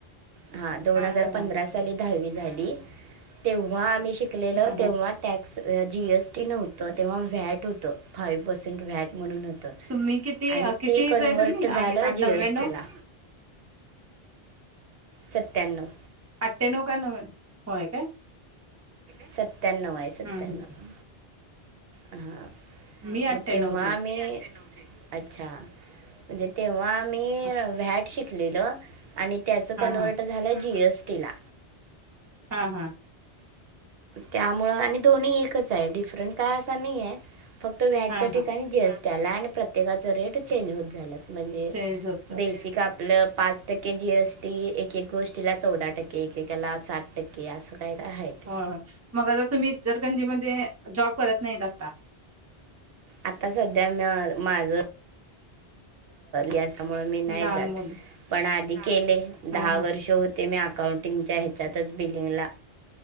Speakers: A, on the right (about 65°); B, on the right (about 20°).
A: हा दोन हजार
B: हा
A: पंधरा
B: हा
A: साली दहावी झाली तेव्हा आम्ही शिकलेल
B: हा
A: तेव्हा
B: हा
A: टॅक्स जीएसटी नव्हतं तेव्हा व्हॅट होतं फाय पर्सेंट व्हॅट म्हणून होत
B: तुम्ही किती
A: आणि
B: किती
A: ते
B: हेच
A: कन्वर्ट
B: आहे तुम्ही
A: झालं जी
B: नव्याण्णव
A: एस टी ला. सत्त्याण्णव.
B: अठ्यानउ का नव होय काय.
A: सत्यान्णव आहे सत्याण्नव.
B: हा हा
A: हा
B: मी अठ्ठ्याण्णवची
A: म तेव्हा आम्ही अच्छा म्हणजे तेव्हा मी
B: हा
A: व्हॅट शिकलेल आणि त्याच कन्वर्ट
B: हा
A: झालं जी एस टी ला.
B: हा हा.
A: त्यामुळं आणि दोन्ही एकच आहे डिफरंट काय असा नाही आहे. फक्त व्हॅटच्या
B: हा
A: ठिकाणी
B: हा
A: जीएसटी आला आणि प्रत्येकाचं रेट चेंज होत झालं. म्हणजे
B: झोपचा
A: बेसिक आप ल पाच टक्के जीएसटी एक एक गोष्टीला चौदा टक्के एकेकाला सात टक्के असं. <unintelligible>
B: हो हो मग आर तुम्ही जरकंजी मध्ये जॉब करत नाहीत आत्ता.
A: आता सध्या म माझं यासमुळ मी नाही
B: लहान
A: जात
B: मुलं
A: पण आधी केले दहा
B: हा हा
A: वर्ष होत ते मी अकाउंटिंगच्या ह्याच्यातच बिलिंगला